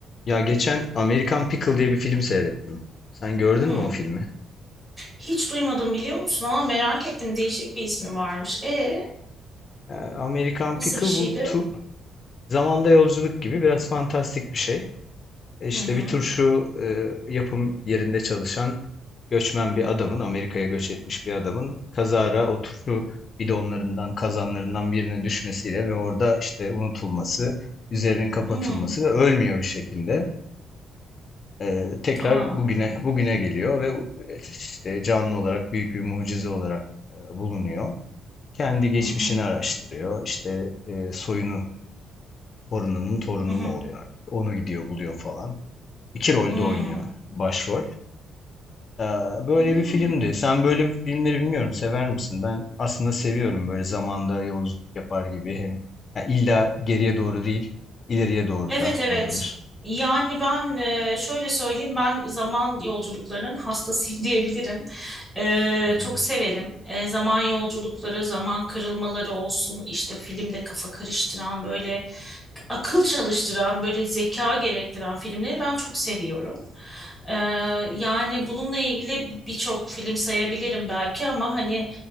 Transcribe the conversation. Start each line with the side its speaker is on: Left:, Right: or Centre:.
Left: Ya geçen American Pickle diye bir film seyrettim. Sen gördün
Centre: Hmm.
Left: mü o filmi?
Centre: Hiç duymadım biliyor musun ama merak ettim değişik bir ismi varmış. E
Left: Ee, American
Centre: nasıl
Left: Pickle
Centre: bir şeydi?
Left: bu tu zamanda yolculuk gibi biraz fantastik bir şey. E İşte
Centre: Hı hı.
Left: bir turşu e, yapım yerinde çalışan göçmen bir adamın, Amerika'ya göç etmiş bir adamın kazara o turşu bidonlarından, kazanlarından birine düşmesiyle ve orada işte unutulması, üzerinin kapatılması
Centre: Hmm.
Left: ve ölmüyor bir şekilde. Ee, tekrar
Centre: Aa.
Left: bugüne bugüne geliyor ve işte canlı olarak büyük bir mucize olarak e, bulunuyor. Kendi geçmişini
Centre: Hı hı.
Left: araştırıyor. İşte e, soyunu, torununun torunu
Centre: Hı hı.
Left: mu oluyor artık? Onu gidiyor buluyor falan. İki rolde
Centre: Hmm.
Left: oynuyor başrol. Ee, böyle
Centre: Hmm.
Left: bir filmdi. Sen böyle bir filmleri bilmiyorum sever misin? Ben aslında seviyorum böyle zamanda yolculuk yapar gibi hem yani illa geriye doğru değil, ileriye doğru
Centre: Evet
Left: da
Centre: evet.
Left: olabilir.
Centre: Yani ben e, şöyle söyleyeyim ben zaman yolculuklarının hastasıyım <laughs> diyebilirim. E,
Left: Hmm.
Centre: çok severim. E, zaman yolculukları, zaman kırılmaları olsun işte filmde kafa karıştıran böyle akıl çalıştıran, böyle zeka gerektiren filmleri ben çok seviyorum. Ee, yani bununla ilgili birçok film sayabilirim belki ama hani